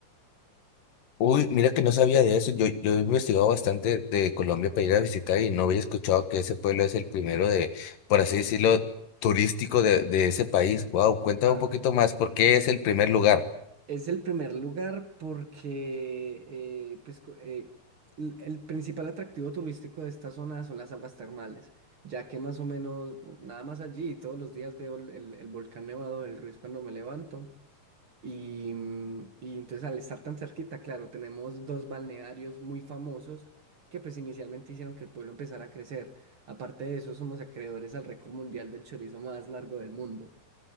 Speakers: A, on the left; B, on the right.
A: Uy, mira que no sabía de eso. Yo, yo he investigado bastante de Colombia para ir a visitar y no había escuchado que ese pueblo es el primero de, por así decirlo, turístico de, de ese país. Wow, cuéntame
B: Ajá.
A: un poquito más, ¿por qué es el primer lugar?
B: Es el primer lugar porque eh, pues, co- eh, l- el principal atractivo turístico de esta zona son las aguas termales, ya que más o menos nada más allí todos los días veo el, el- el volcán nevado del Ruiz cuando me levanto Y, mm, y entonces al estar tan cerquita, claro, tenemos dos balnearios muy famosos que pues inicialmente hicieron que el pueblo empezara a crecer. Aparte de eso, somos acreedores al récord mundial del chorizo más largo del mundo.